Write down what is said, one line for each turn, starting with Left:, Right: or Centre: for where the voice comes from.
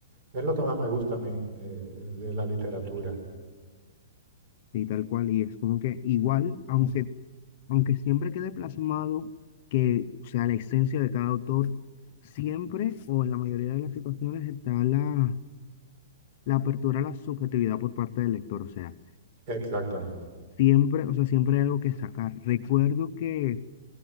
Right: es lo que más me gusta a mí eh, de la literatura.
Left: Sí, tal cual, y es como que igual, aunque, aunque siempre quede plasmado que, o sea, la esencia de cada autor, siempre o en la mayoría de las situaciones está la, la apertura a la subjetividad por parte del lector, o sea,
Right: Exactamente.
Left: siempre, o sea, siempre hay algo que sacar. Recuerdo que